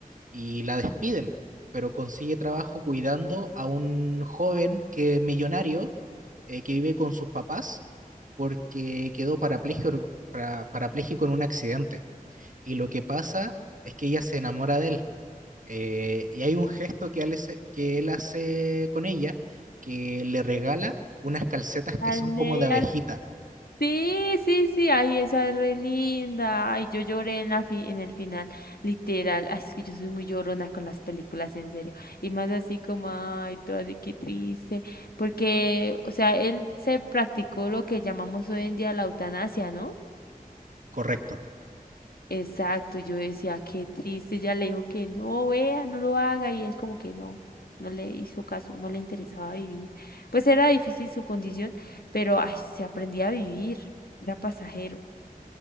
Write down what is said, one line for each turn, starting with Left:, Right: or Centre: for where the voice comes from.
Right: y la despiden, pero consigue trabajo cuidando a un joven que es millonario, eh, que vive con sus papás, porque quedó parapléjico, para- parapléjico en un accidente. Y lo que pasa es que ella se enamora de él Eh, y hay un gesto que él, hace, que él hace con ella, que le regala unas calcetas
Left: Las
Right: que son
Left: medias
Right: como de abejita,
Left: <laughs> Sí, sí, sí, ay, esa es re linda. Ay, yo lloré en la fi- en el final, literal. Ay, es que yo soy muy llorona con las películas, en serio. Y más así como, ay, toda de qué triste. Porque, o sea, él se practicó lo que llamamos hoy en día la eutanasia, ¿no?
Right: correcto.
Left: Exacto, yo decía, qué triste. Ya le dijo que no, vea, no lo haga. Y él como que no, no le hizo caso, no le interesaba vivir. Pues era difícil su condición, pero, ay, se aprendía a vivir, era pasajero.